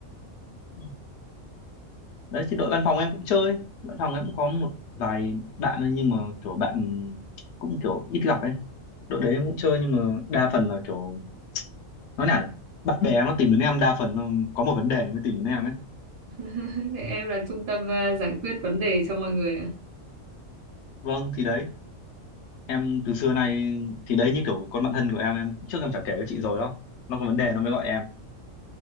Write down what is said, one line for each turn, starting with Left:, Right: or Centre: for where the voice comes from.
Left: Ừ. đấy thì đội văn phòng em cũng chơi văn phòng em cũng có một vài bạn ấy, nhưng mà kiểu bạn cũng kiểu ít gặp ấy đội đấy em cũng chơi nhưng mà đa phần là kiểu nói nào nhỉ? bạn bè nó tìm đến em đa phần nó có một vấn đề nó mới tìm đến em ấy
Right: <laughs> Để em là trung tâm ờ, giải quyết vấn đề cho mọi người ạ.
Left: vâng thì đấy em từ xưa nay thì đấy như kiểu con bạn thân của em em trước em chả kể với chị rồi đó nó có vấn đề nó mới gọi em